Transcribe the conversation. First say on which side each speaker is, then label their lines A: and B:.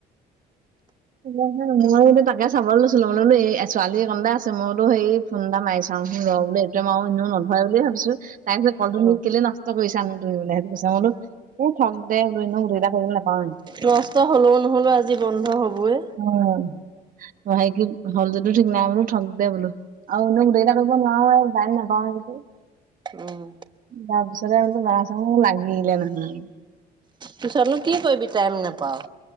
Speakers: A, on the right (about 55°); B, on the right (about 25°).
A: মই সে মই এতিয়া তাকে চাবলৈ দিছিলো মোলোতো এই ছোৱালী কন্দা আছে মই বোলো সেই ফোন এটা মাৰি চাও ৰ বোলো এ তোলে মাৰো এনো নধৰে বুলিয়ে ভাবিছো তাই কৈছে কলতোনো
B: অ
A: কেলে নষ্ট কৰিছানো তুমি বোলে সেটো তাছত মই বোলো এই থক দে বোলো এনেও গোটেইকেইটা কৰিব নাপাওয়ে
B: নষ্ট হ'লেও নহ'লেও আজি বন্ধ হ'বয়ে
A: উম সেই কি হল যদিও ঠিক নাই বোলো ঠক দে বোলো আও এনেও গোটেই কেইটা কৰিব নোৱাৰোয়ে টাইম নাপাও যদি
B: উম
A: তাৰ পিছতে বোলো লগাই চাও মোৰ লাগিলে নহয়
B: পিছতনো কি কৰিবি টাইম নাপাও